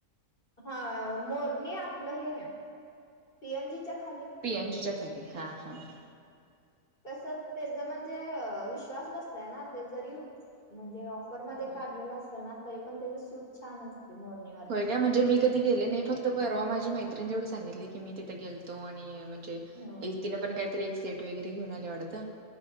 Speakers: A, on the left; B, on the right.
A: हा मोरणी आपल हे पी एन जी च्या खाली.
B: पी एन जी च्या खाली. हा हा हा
A: कस त्याचा म्हणजे विश्वास बसलाय ना, ते जरी म्हणजे ऑफर मध्ये
B: होय
A: काढलेला असला ना, तरी पण त्याच सूत छान असते. मोरणी
B: होय का, म्हणजे मी कधी गेले नाही. फक परवा माझी मैत्री तेवढी सांगितली की मी तिथे गेलतो. आणि म्हणजे
A: हा
B: तिने पण काहीतरी सेट वगैरे घेऊन आले वाढतं.